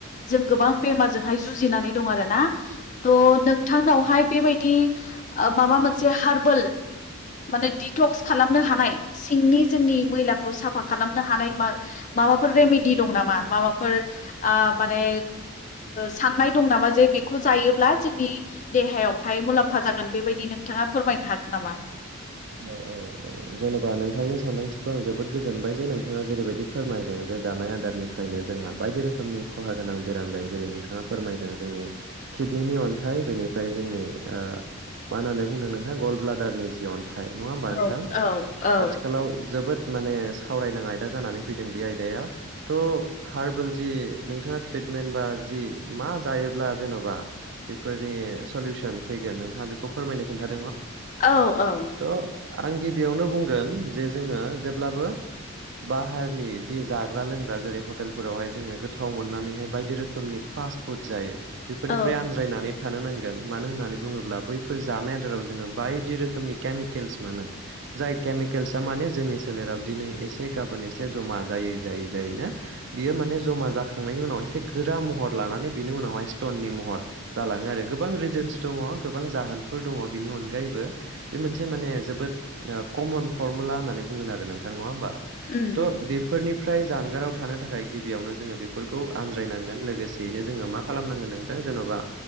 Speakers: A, on the left; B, on the right.
A: जों गोबां बेमारजोंहाय जुजिनानै दं आरो ना थ' नोंथांनावहाय बेबायदि ओ माबा मोनसे हारबेल माने दिथ'खस खालामनो हानाय सिंनि जोंनि मैलाखौ साफा खालामनो हानाया माबाफोर रेमिडि दं नामा मा माबाफोर आ माने सान नाय दंनामाजे बेखौ जायो ब्ला जोंनि देहायावहाय मुलाम्फा जागोन बेबायदि नोंथाङा फोरमायनो हागोन नामा
B: औ औ औ जेन'बा नोंथांनि सानदांथिखौ आं जोबोद गोजोनबाय जे नोंथाङा जेरैबायदि फोरमायदों जे जानाय आदारनिफ्रायनो जोंहा बायदि रोखोमनि खहा गोनां बेराम जायो जेरै नोंथाङा फोरमायदों जोंनि किडनिनि अन्थाइ बेनिफ्राय जोंनि ओ मा होननानै बुंदों नोंथाङा गल्ड ब्लाडारनि जि अन नङा होमबा नोंथां
A: औ औ औ
B: आथिखालाव जोबोद माने सावरायनां आयदा जानानै फैदों बे आयदाया थ' हार्बल जि नोंथाङा ट्रिटमेन्ट बा जि मा जायोब्ला जेन'बा बेफोरनि सलिसन फैगोन नोंथाङा बेखौ फोरमायनो खोन्था
A: औ औ
B: आं गिबियावनो बुंगोन जे जोङो जेब्लाबो बाहारनि जि जाग्रा लोंग्रा जेरै हटेलफोरावहाय जोङो गोथाव मोननानैहाय बायदि रोखोमनि फास्ट फुड जायो बेफोरनिफ्राय
A: औ
B: आनज्रायनानै थानो नांगोन मानो होननानै बुङोब्ला बैफोर जानाय आदाराव जोङो बायदि रोखोमनि केमिकेल्स मोनो जाय केमिकेल्सआ माने जोंनि सोलेराव दिनै एसे गाबोन एसे जमा जायो जायै जायै जायैनो बियो माने जमा जाखांनायनि उनाव एसे गोरा महर लानानै बिनि उनावहाय स्टन नि महर जालाङो आरो गोबां रिजन्स दङ गोबां जाहोनफोर दङ बिनि अनगायैबो बे मोनसे माने जोबोद ओ कमन फरमुला होननानै बुंगोन आरो नोंथां नङा होमबा
A: उम
B: थ' बेफोरनि फ्राय जानगाराव थानो थाखाय गिबियावनो जोङो बेफोरखौ आनज्रायनांगोन लोगोसेयैनो जोङो मा खालामनांगोन नोंथां जेन'बा